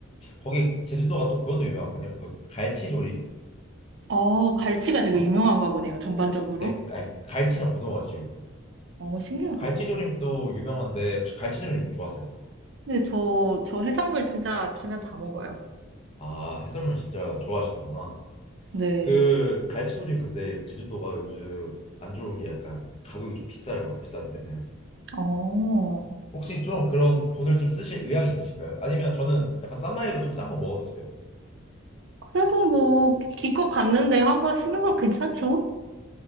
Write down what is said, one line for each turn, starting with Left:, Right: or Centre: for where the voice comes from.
Left: 거기 제주도가 또 그것도 유명하거든요. 그 갈치조림.
Right: 아 갈치가 되게
Left: 어,
Right: 유명한가 보네요, 전반적으로.
Left: 네, 갈- 갈치랑 고등어가 진짜 유명해요.
Right: 어, 신기하다.
Left: 갈치조림도 유명한데 혹시 갈치조림 좋아하세요?
Right: 근데 저, 저 해산물 진짜 주면 다 먹어요.
Left: 아, 해산물 진짜 좋아하시는구나.
Right: 네.
Left: 그 갈치조림 근데 제주도가 요즘 안 좋은 게 약간 가격이 좀 비싸요. 비싼 데는.
Right: 어,
Left: 혹시 좀 그런 돈을 좀 쓰실 의향이 있으신가요? 아니면 저는 약간 싼 마이로 좀 싼 거 먹어도 돼요.
Right: 그래도 뭐, 기- 기껏 갔는데 한 번 쉬는 건 괜찮죠?